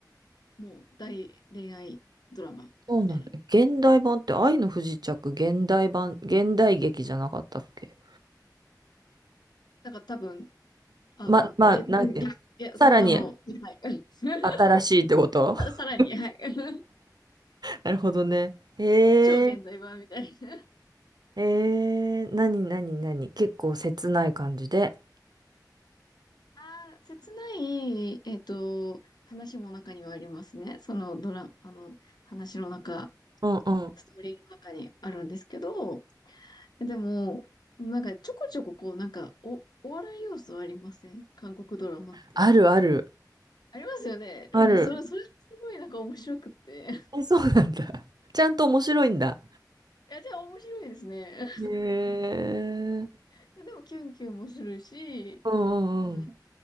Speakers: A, on the left; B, on the right.
A: もう大恋愛ドラマ。
B: そうなんだ。
A: みたいな
B: 現代版って愛の不時着、現代版、現代劇じゃなかったっけ
A: なんか多分、あの、
B: ま、まあ、
A: げ、げ、
B: なんていうの。
A: げ、げ、あの、
B: さらに
A: はい。<laughs>
B: 新しいってこと
A: ささらに、
B: <laughs>
A: はい。<laughs>
B: なるほどね。へえ、
A: 超現代版みたいな。
B: へえ、なになになに結構切ない感じで。
A: ああ、切ない、えっと、話も中にはありますね。そのドラ、あの、話の中、
B: うん、うん。
A: ストーリーの中にあるんですけど、でも、なんかちょこちょここう、なんか、お、お笑い要素ありません韓国ドラマって。
B: あるある。
A: ありますよね。なんか、
B: ある。
A: それ、それすごいなんか面白くって。<laughs>
B: え、そうなんだ。<laughs> ちゃんと面白いんだ。
A: いや、じゃあ面白いですね。
B: へえ。
A: <laughs> いやでも、キュンキュンもするし、
B: うんうん
A: なんか、